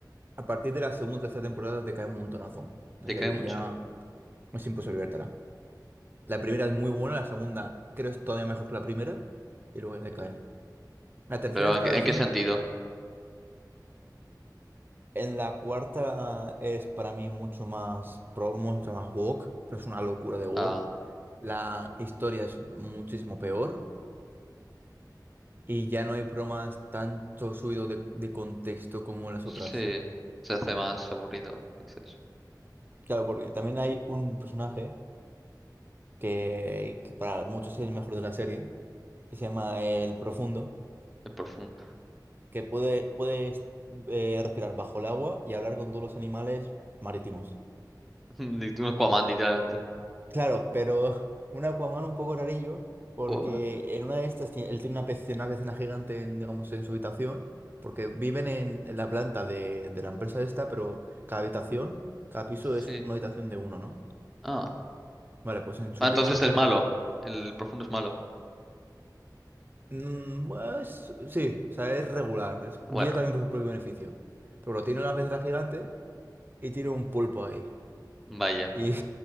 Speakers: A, on the right; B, in the centre.
A: a partir de la segunda o tercera temporada te cae un montonazo. No
B: Decae
A: sé, y
B: mucho.
A: ya es imposible vértela. La primera es muy buena, la segunda creo es todavía mejor que la primera, y luego ya te cae. La tercera
B: Pero
A: está
B: ¿en qué,
A: decente,
B: en qué sentido?
A: en la cuarta es para mí mucho más pro, mucho más woke, pero es una locura de woke.
B: Ah,
A: La historia es muchísimo peor, y ya no hay bromas tanto subido de, de contexto como en las
B: sí.
A: otras.
B: Se hace más aburrido, dices.
A: Claro, porque también hay un personaje que, que para muchos es el mejor de la serie, que se llama el Profundo,
B: El profundo.
A: que puede, puede eh, respirar bajo el agua y hablar con todos los animales marítimos.
B: <laughs> Ni- Un Aquaman, literalmente.
A: Claro, pero <laughs> un Aquaman un poco rarillo, porque
B: ¿Por?
A: en una de estas ti- él tiene una pecera, una pecera gigante en, digamos, en su habitación, porque viven en, en la planta de, de la empresa esta, pero cada habitación, cada piso
B: Sí.
A: es una habitación de uno, ¿no?
B: Ah.
A: Vale, pues en su
B: Ah, entonces
A: piso tiene
B: es malo. El profundo es malo.
A: Mm, bueno, es- sí, o sea, es regular. Es,
B: Bueno,
A: viene también por su propio beneficio. Pero bueno, tiene una pecera gigante y tiene un pulpo ahí.
B: vaya.
A: Y,